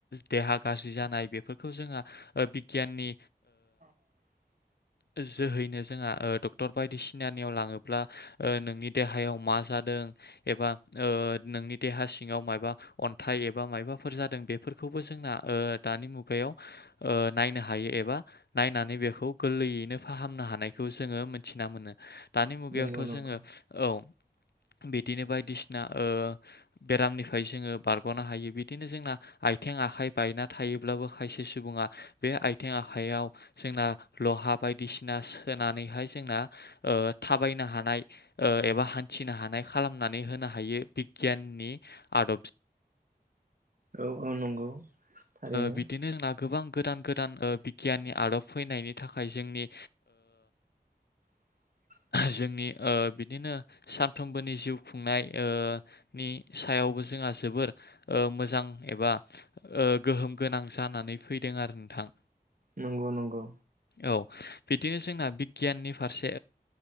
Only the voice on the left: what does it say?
देहा गाज्रि जानाय बेफोरखौ जोंहा बिगियाननि
जोहैनो जोंहा डक्टर बायदिसिनानि याव लांनोबोला नोंनि देहायाव मा जादों एबा ओ नोंनि देहा सिंवाव माबबा अन्थाइ एबा माबबाफोर जादों बेफोरखौबो जोंना दानि मुगायाव नायनो हायो एबा नायनानै बेखौ गोरलैयैनो फाहामनो हानायखौ जोङो मोनथि दानि मुगायावथ'
जोङो औ बिदिनो सिना बेरामनिफ्राय जोङो बारग'नो हायो बिदिनो जोंना आथिं आखाइ बायना थायो खायसे सुबुंआ आथिं आखायाव लहा बायदिसिना सोना नानैहाय जोंना थाबायनो हानाय एबा हान्थिनो हानाय खालामनानै होनो हायो बिगियाननि आदब
बिदिनो जोंना गोबां गोदान गोदान बिगियाननि आदब फैनायनि थाखाय जोंनि
जोंनि बिदिनो सानफ्रोमबोनि जिउ खुंनाय नि सायावबो जोंहा जोबोर मोजां एबा गोहोम गोनां जानानै फैदों आरो नोंथां
औ बिदिनो जोंना बिगियाननि फारसे